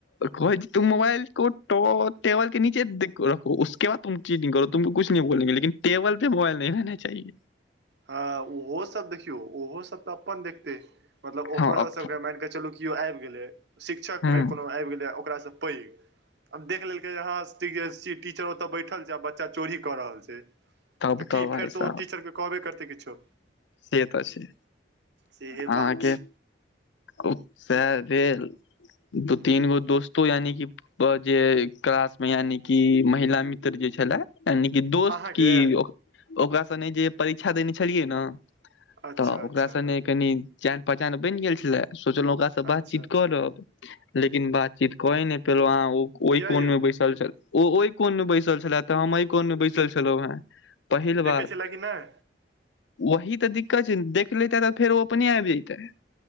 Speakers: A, on the left (about 85°); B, on the right (about 70°).
A: कहैत छै तुम मोबाइल को टो टेबल के नीचे दे के रखो, उसके बाद तुम चीटिंग करो। तुमको कुछ नहीं बोलेंगे, लेकिन टेबल पे मोबाइल नहीं रहना चाहिए।
B: हँ, ओहो सभ, देखियौ ओहो सभ तऽ अपन देखतै। मतलब ओकरो
A: हँ अब
B: सभके मानि कऽ चलू कि केओ आबि गेलै, शिक्षकमे
A: हँ
B: कोनो आबि गेलै ओकरासँ पैघ। आब देख लेलकै जे हँ कि जे शि टीचर ओतय बैठल छै आ बच्चा चोरी कऽ रहल छै,
A: तब
B: तऽ की
A: भाय
B: फेर
A: साहब
B: तऽ ओ टीचर के कहबे करतै किछो।
A: से तऽ छै।
B: सेहे
A: अहाँके
B: बात छै
A: ओक सएह भेल। दो
B: हूँ
A: तीन गो दोस्तो यानिकि ओ जे क्लास मे यानिकि महिला मित्र जे छलए यानिकि दोस्त
B: अहाँके
A: की, ओ ओकरा संगे जे परीक्षा देने छलियै ने
B: अच्छा
A: तऽ ओकरा
B: अच्छा
A: संगे कनि जान-पहचान बनि गेल छलए, सोचलहुँ ओकरा सँ बातचीत
B: अच्छा अच्छा
A: करब,
B: हूँ
A: लेकिन बातचीत कैए नहि पयलहुँ। अहाँ ओ ओहि
B: किया
A: कोनमे
B: यौ
A: बैसल छलए। ओ ओहि कोनमे बैसल छलए, तऽ हम एहि कोनमे बैसल छलहुँ हेँ। पहिल
B: देखै
A: बात
B: छलए कि नहि
A: वही तऽ दिक्कत छै ने। देख लैतए तऽ फेर ओ अपने आबि जैतए।